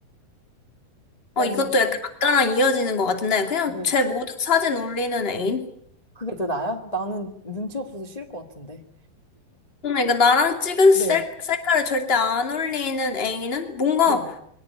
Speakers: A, on the left (about 20°); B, on the left (about 40°).
A: 어,
B: 난,
A: 이것도 약간 아까랑 이어지는 것 같은데, 그냥
B: 네.
A: 제 모든 사진 올리는 애인?
B: 그게 더 나아요? 나는 눈치 없어서 싫을 것 같은데.
A: 저는 그러니까 나랑 찍은
B: 네,
A: 셀, 셀카를 절대 안 올리는 애인은 뭔가
B: 네.